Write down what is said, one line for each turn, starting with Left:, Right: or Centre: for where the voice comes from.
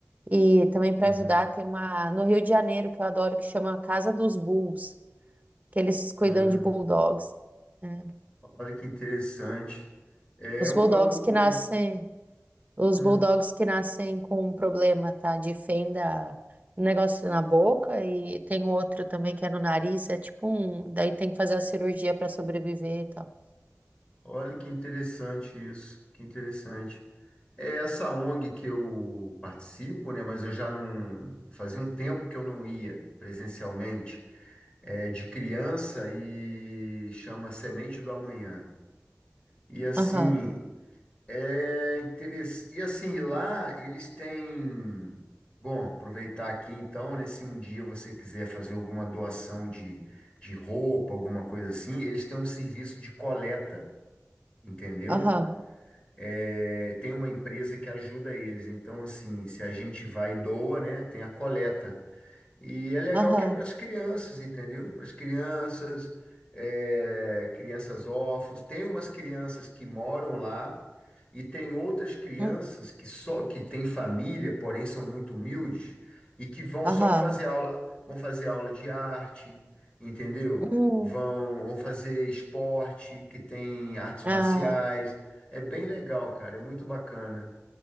Right: E também para
Left: aham.
Right: ajudar, tem uma no Rio de Janeiro que eu adoro, que chama Casa dos Bulls, que eles cuidam
Left: Ah,
Right: de bulldogs. né?
Left: olha que interessante. É,
Right: Os
Left: o,
Right: bulldogs
Left: o, é o-
Right: que nascem, os
Left: ah,
Right: bulldogs que nascem com um problema, tá? De fenda, um negócio na boca e tem um outro também que é no nariz, é tipo um, daí tem que fazer a cirurgia para sobreviver e tal.
Left: olha que interessante isso. Que interessante. É essa ONG que eu participo, né? Mas eu já não. Fazia um tempo que eu não ia presencialmente. É de criança e chama Semente do Amanhã. E assim.
Right: Aham,
Left: É interessante. E assim, lá eles têm. Bom, aproveitar aqui então, né? Se um dia você quiser fazer alguma doação de, de roupa, alguma coisa assim, eles têm um serviço de coleta, entendeu?
Right: aham.
Left: É, tem uma empresa que ajuda eles. Então, assim, se a gente vai e doa, né? Tem a coleta. E é legal
Right: Aham.
Left: que é para as crianças, entendeu? Para as crianças, é, crianças órfãos. Tem umas crianças que moram lá e tem outras crianças
Right: Hum.
Left: que só que têm família, porém são muito humildes e que vão
Right: Aham.
Left: só para fazer aula, vão fazer aula de arte, entendeu?
Right: Hum.
Left: Vão, vão fazer esporte, que tem artes
Right: Ah,
Left: marciais. É bem legal, cara. É muito bacana.